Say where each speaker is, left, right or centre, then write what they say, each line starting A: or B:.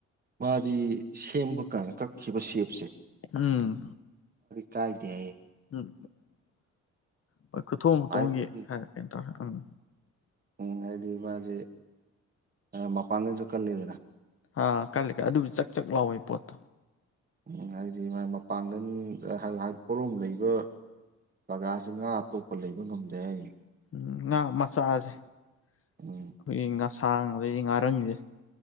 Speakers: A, on the right; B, on the left.
A: ꯃꯥꯗꯤ ꯁꯦꯝꯕ ꯀꯥꯟꯗ ꯀꯛꯈꯤꯕ ꯁꯦꯞꯁꯦ
B: ꯎꯝ
A: ꯀꯥꯏꯗꯌꯦ
B: ꯎꯝ ꯍꯣꯏ ꯈꯨꯊꯣꯡ ꯈꯨꯊꯣꯡꯒꯤ
A: ꯍꯥꯏꯕꯗꯤ
B: ꯈ ꯀꯩ ꯇꯧꯔꯦ ꯎꯝ
A: ꯎꯝ ꯍꯥꯏꯗꯤ ꯃꯥꯁꯦ ꯃꯄꯥꯡꯒꯩꯁꯨ ꯀꯜꯂꯤꯗꯅ
B: ꯑ ꯀꯜꯂꯀ ꯑꯗꯨꯗꯤ ꯆꯥꯛ ꯆꯥꯛ ꯂꯥꯎꯋꯦ ꯄꯣꯠꯇ
A: ꯎꯝ ꯍꯥꯏꯗꯤ ꯃꯥꯥꯏ ꯃꯄꯥꯡꯒꯜ ꯄꯣꯂꯣꯝ ꯂꯩꯕ ꯖꯒꯥꯁꯤ ꯉꯥ ꯑꯇꯣꯞꯄ ꯂꯩꯕ ꯉꯝꯗꯦ ꯍꯥꯏꯅꯤ
B: ꯎ ꯉꯥ ꯃꯆꯥꯁꯦ ꯑꯩꯈꯣꯏꯒꯤ
A: ꯎꯝ
B: ꯉꯁꯥꯡ ꯑꯗꯩꯗꯤ ꯉꯥꯔꯪꯁꯦ